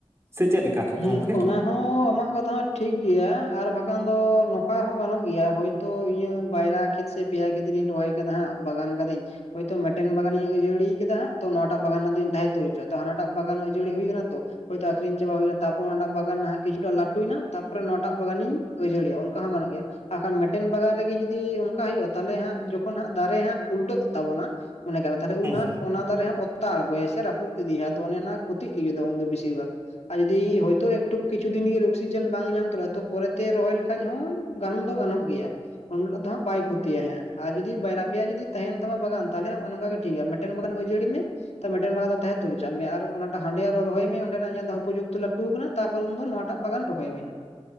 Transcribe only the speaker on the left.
ᱦᱮᱸ
ᱚᱱᱟ ᱦᱚᱸ ᱟᱢᱟᱜ ᱠᱟᱛᱷᱟ ᱦᱚᱸ ᱴᱷᱤᱠ ᱜᱮᱭᱟ ᱟᱨ ᱵᱟᱠᱷᱟᱱ ᱫᱚ ᱱᱚᱝᱠᱟ ᱦᱚᱸ ᱜᱟᱱᱚᱜ ᱜᱮᱭᱟ ᱦᱳᱭ᱾ ᱛᱚ ᱤᱧᱟᱜ ᱵᱟᱭᱨᱟ ᱠᱷᱮᱛ ᱥᱮ ᱯᱮᱭᱟ ᱠᱷᱮᱛᱨᱤᱧ ᱨᱚᱦᱚᱭ ᱟᱠᱟᱫᱟ ᱦᱟᱸᱜ ᱵᱟᱜᱟᱱ ᱠᱟᱫᱟᱹᱧ ᱦᱳᱭᱛᱳ ᱢᱤᱫᱴᱮᱱ ᱵᱟᱜᱟᱱᱤᱧ ᱟᱹᱡᱟᱹᱲᱤ ᱠᱮᱫᱟ ᱛᱚ ᱱᱚᱣᱟᱴᱟᱜ ᱵᱟᱜᱟᱱ ᱨᱮᱱᱟᱜ ᱫᱚᱧ ᱛᱟᱦᱮᱸ ᱩᱛᱟᱹᱨ ᱦᱚᱪᱚᱣᱟᱫᱟ ᱦᱟᱱᱟᱴᱟᱜ ᱵᱟᱜᱟᱱ ᱟᱹᱡᱟᱹᱲᱤ ᱦᱩᱭ ᱟᱠᱟᱱᱟ ᱛᱚ᱾ ᱦᱳᱭᱛᱚ ᱟᱠᱷᱨᱤᱧ ᱪᱟᱵᱟ ᱦᱩᱭᱱᱟ᱾ ᱛᱟᱯᱚᱨ ᱚᱱᱟᱴᱟᱜ ᱵᱟᱜᱟᱱ ᱦᱟᱜ ᱠᱤᱪᱷᱩᱴᱟᱜ ᱞᱟᱹᱴᱩᱭᱱᱟ ᱛᱟᱯᱚᱨ ᱱᱚᱣᱟᱴᱟᱜ ᱵᱟᱜᱟᱱᱤᱧ ᱟᱹᱡᱟᱹᱲᱤᱭᱟ ᱚᱱᱠᱟ ᱦᱚᱸ ᱜᱟᱱᱚᱜ ᱜᱮᱭᱟ᱾ ᱟᱨᱠᱷᱟᱱ ᱢᱤᱫᱴᱮᱱ ᱵᱟᱜᱟᱱ ᱨᱮᱜᱮ ᱡᱩᱫᱤ ᱚᱱᱠᱟ ᱦᱩᱭᱩᱜ-ᱟ ᱛᱟᱦᱚᱞᱮ ᱦᱟᱸᱜ ᱡᱚᱠᱷᱚᱱ ᱦᱟᱸᱜ ᱫᱟᱨᱮ ᱦᱟᱸᱜ ᱩᱞᱴᱟᱹᱜ ᱛᱟᱵᱚᱱᱟ᱾ ᱢᱚᱱᱮ ᱠᱟᱜ ᱛᱟᱦᱚᱞᱮ
ᱩᱱ ᱦᱟᱸᱜ ᱚᱱᱟ ᱫᱟᱨᱮ ᱦᱟᱜ ᱚᱛᱟ ᱟᱬᱜᱚᱭᱟᱭ ᱥᱮ ᱨᱟᱹᱯᱩ ᱤᱫᱤᱭᱟ ᱟᱫᱚ ᱚᱱᱮ ᱚᱱᱟ ᱠᱷᱚᱛᱤᱜ ᱞᱟᱹᱜᱤᱫᱚᱜ ᱩᱱᱫᱚ ᱵᱤᱥᱤᱨ ᱵᱷᱟᱜ ᱡᱩᱫᱤ ᱦᱚᱭᱛᱳ ᱮᱠᱴᱩ ᱠᱤᱪᱷᱩ ᱫᱤᱱ ᱜᱮ ᱚᱠᱥᱤᱡᱮᱱ ᱵᱟᱝ ᱧᱟᱢ ᱛᱚᱨᱟ ᱛᱚ ᱯᱚᱨᱮᱛᱮ ᱨᱚᱦᱚᱭ ᱞᱮᱠᱷᱟᱡ ᱦᱚᱸ ᱜᱟᱱ ᱫᱚ ᱜᱟᱱᱚᱜ ᱜᱮᱭᱟ᱾ ᱩᱱ ᱦᱤᱞᱳᱜ ᱫᱚ ᱦᱟᱸᱜ ᱵᱟᱭ ᱠᱷᱚᱛᱤᱭᱟᱭ ᱟᱨ ᱡᱩᱫᱤ ᱵᱟᱨᱭᱟ ᱯᱮᱭᱟ ᱡᱩᱫᱤ ᱛᱟᱦᱮᱱ ᱛᱟᱢᱟ ᱵᱟᱜᱟᱱ ᱛᱟᱦᱚᱞᱮ ᱚᱱᱮ ᱚᱱᱠᱟ ᱜᱮ᱾ ᱴᱷᱤᱠ ᱜᱮᱭᱟ ᱢᱤᱫᱴᱮᱱ ᱵᱟᱠᱷᱟᱱ ᱟᱹᱡᱟᱹᱲᱤ ᱢᱮ᱾ ᱛᱚ ᱢᱤᱫᱴᱮᱱ ᱵᱟᱜᱟᱱ ᱫᱚ ᱛᱟᱦᱮᱸ ᱩᱛᱟᱹᱨ ᱦᱚᱪᱚᱝ ᱢᱮ ᱟᱨ ᱚᱱᱟᱴᱟᱜ ᱦᱟᱸᱰᱮ ᱟᱨ ᱨᱚᱦᱚᱭ ᱢᱮ ᱚᱰᱮᱱᱟᱜ ᱧᱮᱞ ᱫᱟ ᱦᱟᱜ ᱩᱯᱚᱡᱳᱠ᱾ ᱞᱟᱹᱴᱩ ᱟᱠᱟᱱᱟ ᱛᱟᱨᱯᱚᱨ ᱩᱱ ᱫᱚ ᱱᱚᱣᱟᱴᱟᱜ ᱵᱟᱜᱟᱱ ᱨᱚᱦᱚᱭ ᱢᱮ᱾